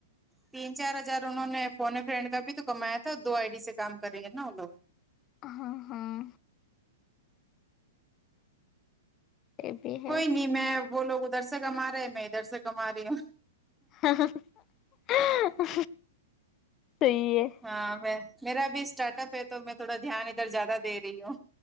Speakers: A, in the centre; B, on the left.
A: تین چار ہزار انہوں نے فونے فرینڈ کا بھی تو کمایا تھا دو آئی ڈی سے کام کریں گے نا وہ لوگ
B: ہاں ہاں یہ بھی ہے
A: کوئی نہیں میں وہ لوگ ادھر سے کما رہے ہیں میں ادھر سے کما رہی ہوں
B: امم امم صحیح ہے
A: ہاں میں میرا بھی اسٹارٹ اپ ہے تو میں تھوڑا دھیان ادھر زیادہ دے رہی ہوں